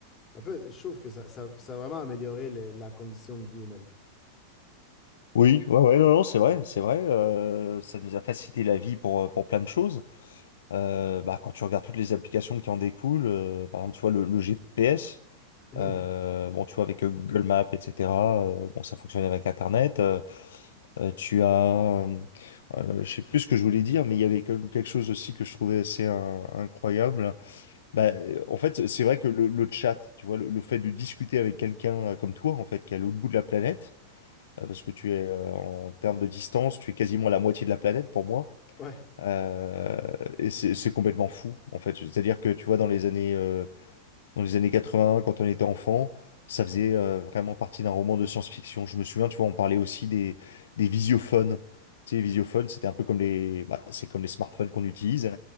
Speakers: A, on the left; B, on the left.
A: Un peu, je trouve que ça, ça, ça a vraiment amélioré le- la condition de vie humaine.
B: Oui, ouais, ouais, non, non, c'est vrai, c'est vrai. euh, ça nous a facilité la vie pour, euh, pour plein de choses. Euh, bah, quand tu regardes toutes les applications qui en découlent, euh, par exemple, tu vois, le, le GPS.
A: Mhm.
B: Euh, bon, tu vois, avec euh, Google Maps, etc. euh, bon, ça fonctionnait avec Internet. euh, euh, tu as, euh, euh, je sais plus ce que je voulais dire, mais il y avait comme quelque chose aussi que je trouvais assez euh, incroyable. Bah, euh, en fait, c'est vrai que le, le chat, tu vois, le, le fait de discuter avec quelqu'un euh, comme toi, en fait, qui est à l'autre bout de la planète, euh, parce que tu es euh, en termes de distance, tu es quasiment à la moitié de la planète pour moi.
A: Ouais.
B: Euh, et c'est c'est complètement fou, en fait. C'est-à-dire que tu vois, dans les années euh, dans les années 80, quand on était enfant, ça faisait euh, vraiment partie d'un roman de science-fiction. Je me souviens, tu vois, on parlait aussi des, des visiophones. Tu sais, les visiophones, c'était un peu comme les, bah, c'est comme les smartphones qu'on utilise.